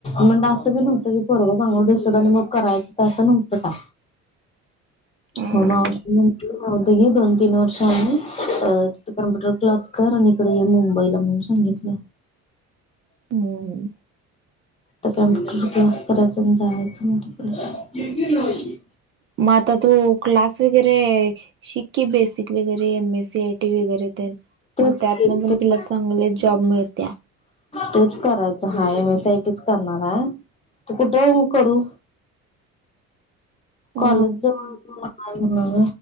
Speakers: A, on the left (about 20°); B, on the right (about 40°).
A: म्हण असं नव्हतं की पोरग चांगल दिसत आणि करायचं तसं नव्हतं का
B: <inaudible> हम्म
A: ममा उच ना तीन वर्ष आम्ही कम्प्युटर क्लास कर, आणि इकडे ये मुंबईला म्हणून सांगितलं.
B: हं
A: तर कम्प्युटर कोर्स करायचा जायचं तिकड
B: मग आता तू क्लास वगैरे शिक की बेसिक वगैरे M S C I T वगैरे तेन
A: तेच
B: मग त्यातून
A: की
B: पण
A: तेच
B: तुला चांगले जॉब मिळत्या
A: तेच करायचं हा एम एस आयटीच करणार आहे त कुठे करू?
B: अ
A: कॉलेज जवळ मग